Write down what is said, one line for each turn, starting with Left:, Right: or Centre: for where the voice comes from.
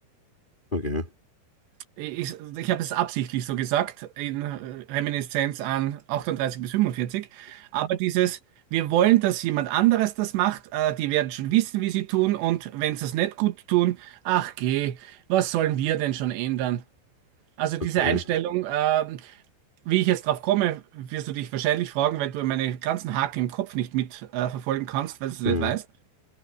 Left: Okay.
Right: Ich, ich habe es absichtlich so gesagt, in äh, Reminiszenz an 38 bis 45. Aber dieses, wir wollen, dass jemand anderes das macht, äh, die werden schon wissen, wie sie tun und wenn sie es nicht gut tun, ach geh, was sollen wir denn schon ändern? Also diese
Left: Okay.
Right: Einstellung, ähm, wie ich jetzt drauf komme, wirst du dich wahrscheinlich fragen, weil du meine ganzen Haken im Kopf nicht mit äh, verfolgen kannst, weil du es nicht
Left: Ja,
Right: weißt.